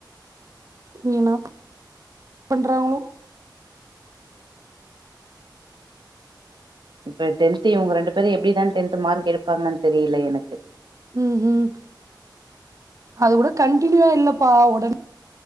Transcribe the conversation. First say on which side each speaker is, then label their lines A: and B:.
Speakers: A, on the right; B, on the right.
A: இனி என்ன பண்றாங்களோ
B: இப்ப டென்த் இவுங்க ரெண்டு பேரு எப்டிதா டென்த் மார்க் எடுப்பாங்கன்னு தெரியல எனக்கு
A: ம் ம் அது கூட கண்டினியூவா இல்லப்பா உடனே